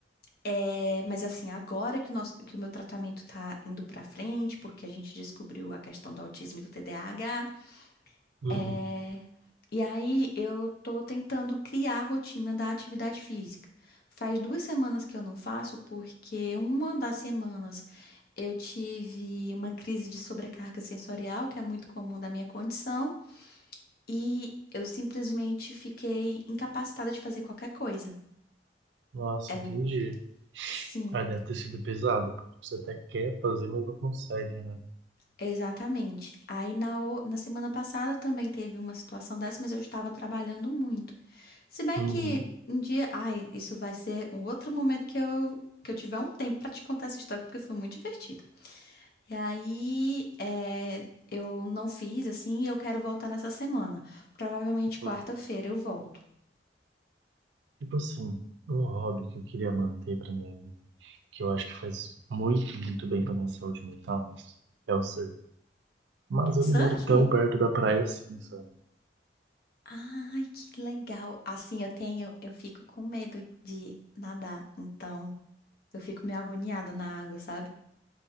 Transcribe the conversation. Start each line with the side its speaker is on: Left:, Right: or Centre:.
Left: É, mas assim, agora que o nosso, que o meu tratamento tá indo pra frente, porque a gente descobriu a questão do autismo e do TDAH,
Right: Uhum.
Left: É, E aí eu tô tentando criar a rotina da atividade física. Faz duas semanas que eu não faço, porque uma das semanas eu tive uma crise de sobrecarga sensorial, que é muito comum da minha condição, e eu simplesmente fiquei incapacitada de fazer qualquer coisa.
Right: Nossa,
Left: É
Right: entendi.
Left: muito. Sim,
Right: Ah, deve ter sido pesado, porque você até quer fazer, mas não consegue, né?
Left: exatamente. Aí na, o- na semana passada também teve uma situação dessa, mas eu estava trabalhando muito. Se bem
Right: Uhum,
Left: que um dia, ai, isso vai ser um outro momento que eu que eu tiver um tempo pra te contar essa história porque foi muito divertido. E aí, é, eu não fiz assim, e eu quero voltar nessa semana. Provavelmente
Right: uhum.
Left: quarta-feira eu volto.
Right: Tipo assim, um hobby que eu queria manter pra minha vida, que eu acho que faz muito, muito bem pra minha saúde mental, é o surf. Mas eu
Left: Surf?
Right: não moro tão perto da praia assim, sabe?
Left: Ai, que legal. Assim, eu tenho, eu fico com medo de nadar, então eu fico meio agoniada na água, sabe?